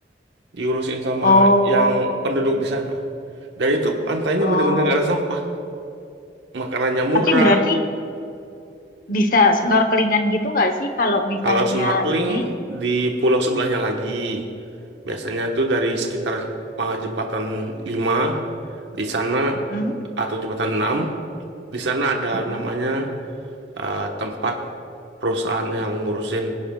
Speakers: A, on the right; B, on the left.
A: diurusin sama
B: Oh,
A: yang penduduk di sana. Dan itu pantainya
B: Oh,
A: bener-bener gak ada sampah. Makanannya murah.
B: tapi berarti bisa snorkelingan gitu nggak sih kalau misalnya
A: Kalau snorkeling
B: ini?
A: di pulau sebelahnya lagi. Biasanya tuh dari sekitar uh, jembatan 5 di sana
B: Mm-mm,
A: atau jembatan 6 di sana ada
B: mm-mm,
A: namanya eh, tempat perusahaan yang ngurusin